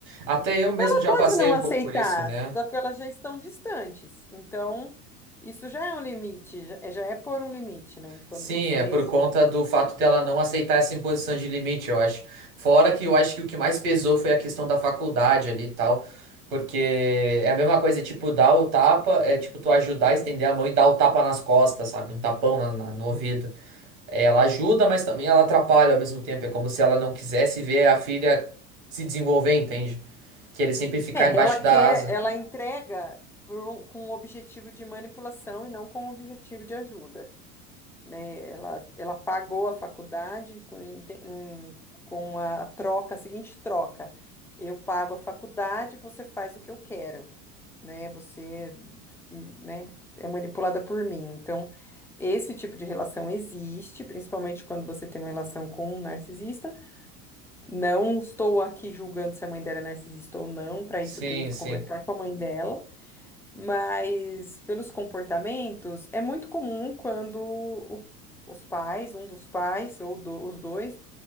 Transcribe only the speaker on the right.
Até eu mesmo
já
passei
um
pouco por isso, né?
Sim,
é por conta do fato dela não aceitar essa imposição de limite, eu acho. Fora que eu acho que o que mais pesou foi a questão da faculdade ali e tal. Porque é a mesma coisa, tipo, dar o tapa, é tipo tu ajudar a estender a mão e dar o tapa nas costas, sabe? Um tapão na- na- no ouvido. Ela ajuda, mas também ela atrapalha ao mesmo tempo. É como se ela não quisesse ver a filha se desenvolver, entende? Querer sempre ficar
embaixo
da
asa.
Sim,
sim.